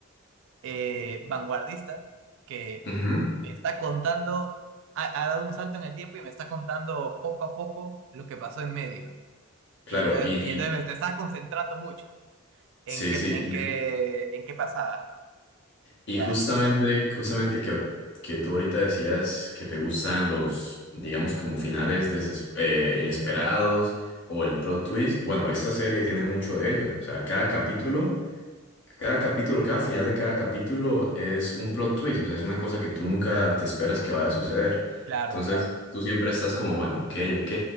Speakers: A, on the right (about 60°); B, on the left (about 60°).
A: eh, vanguardista que
B: Ujú.
A: me está contando, ha, ha, dado un salto en el tiempo y me está contando poco a poco lo que pasó en medio.
B: Claro.
A: Y entonces,
B: Y, y-
A: y entonces me, me estaba concentrando mucho en
B: sí,
A: qué,
B: sí.
A: en
B: Y,
A: qué, en qué pasaba.
B: y
A: Ya,
B: justamente, justamente que, que tú ahorita decías que te gustan los, digamos, como finales deses- eh, inesperados o el plot twist. Bueno, esta serie tiene mucho de ello. O sea, cada capítulo. Cada capítulo, cada final de cada capítulo es un plot twist, o sea, es una cosa que tú nunca te esperas que vaya a suceder.
A: claro,
B: Entonces,
A: claro,
B: tú siempre estás como, bueno, ok, ok,